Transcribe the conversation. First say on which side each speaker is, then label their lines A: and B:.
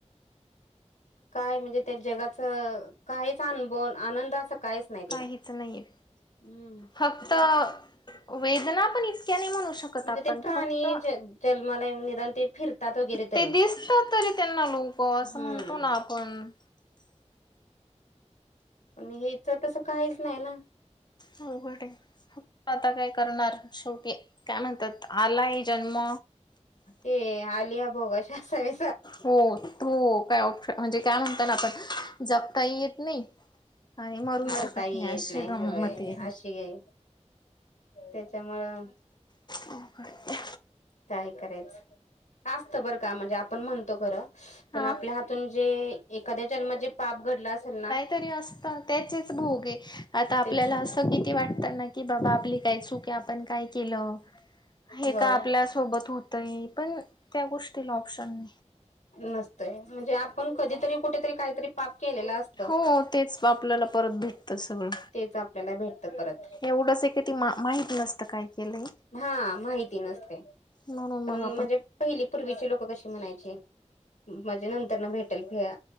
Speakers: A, on the left; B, on the left.
A: काय म्हणजे त्या जगाचं काहीच अनभव आनंद आज सं काहीच नाही दिला
B: काहीच नाहीये.
A: हम्म्.
B: फक्त वेदना पण इतक्या नाही म्हणू शकत फता
A: म्हणजे
B: आपण
A: ते प्राणी
B: फक्त
A: ज जन्माला येऊन निदान ते फिरतात वगैरे तरी
B: ते दिसतं तरी त्यांना मोब हो असं
A: हम्म.
B: म्हणतो ना आपण.
A: आणि हीचं तसं काहीच नाही ना.
B: अवघड आहे. उफ् आता काय करणार शेवटी काय म्हणतात आलाय जन्म
A: ते आलीया भोगाशी असावे.
B: हो तू काय ऑप्शन म्हणजे काय म्हणता त्? याला पण जपताही येत नाही. आणि मरू
A: मरताही
B: शकत
A: येत
B: अशी
A: नाही
B: गंमत
A: होय
B: आहे.
A: अशीये. त्याच्यामुळं
B: अवघड आहे.
A: काय करायचं आसत बरं का म्हणजे आपण म्हणतो खरं पण
B: हा
A: आपल्या हात. तुम जे एखाद्या जन्माचे पाप घडलं आसल ना
B: तरी असतं त्याचेच भोगे आता आपल्याला
A: त्याची
B: असं किती वाटत ना की बाबा आपली काय चुक की आपण काय केलं? हे
A: हो
B: काय आपल्या सोबत होतंय पण त्या गोष्टीला ऑप्शन.
A: नसतयं म्हणजे आपण कधी तरी कुठेतरी काहीतरी पाप केलेलं असतं
B: हो तेच आपल्याला परत भेटत सगळं.
A: तेच आप त्याला भेटतं परत.
B: एवढंच आहे की ती मा माहित नसतं काय केलंय
A: हां. माहिती नसते.
B: म्हणुन
A: पण
B: मगआपण.
A: म्हणजे पहिली पूर्वीचे लोक कशी म्हणायचे माझे नंतर न भेटेल फिरायला